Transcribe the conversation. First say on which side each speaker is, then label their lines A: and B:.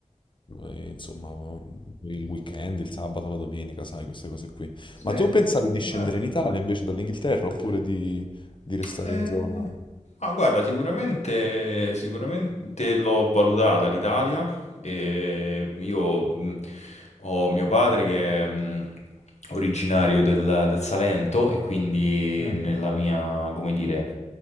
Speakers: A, on the left; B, on the left.
A: eh, insomma, il weekend, il sabato, la domenica, sai, queste cose qui.
B: sì,
A: Ma tu pensavi di
B: beh,
A: scendere in Italia invece dall'Inghilterra oppure di, di restare
B: eh,
A: in zona?
B: Ma guarda, sicuramente, sicuramente l'ho valutata l'Italia. e Io mh, ho mio padre che è mh, originario del, del Salento e quindi
A: Mm,
B: nella mia, come dire,